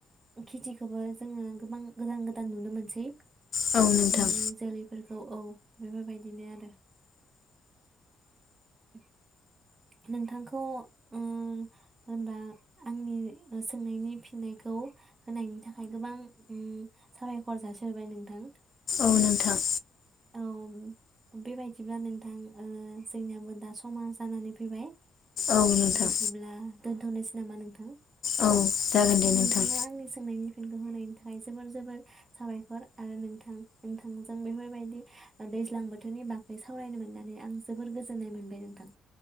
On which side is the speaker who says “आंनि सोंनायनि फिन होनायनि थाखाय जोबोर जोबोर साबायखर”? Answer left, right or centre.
Right